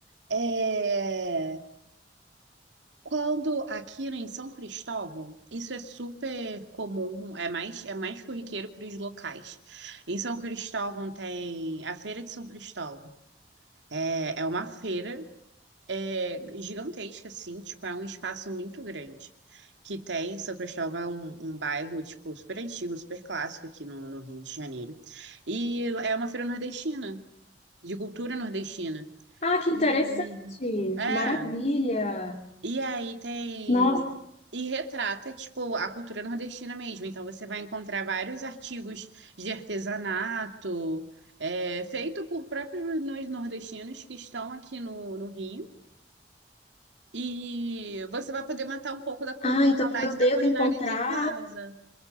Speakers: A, on the right; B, on the left.
A: é, quando aqui em São Cristóvão, isso é super comum, é mais, é mais corriqueiro para os locais. Em São Cristóvão tem a Feira de São Cristóvão. É, é uma feira é gigantesca, assim, tipo, é um espaço muito grande. Que tem, São Cristóvão é um, um bairro, tipo, super antigo, super clássico aqui no, no Rio de Janeiro. E é uma feira nordestina, de cultura nordestina.
B: Ah, que interessante.
A: E- é,
B: Maravilha.
A: e aí tem.
B: Nossa.
A: E retrata, tipo, a cultura nordestina mesmo. Então você vai encontrar vários artigos de artesanato, é, feito por próprios nordestinos que estão aqui no, no Rio. E você vai poder matar um pouco da cu-
B: Ah, então
A: saudade
B: eu devo
A: da culinária
B: encontrar
A: de casa.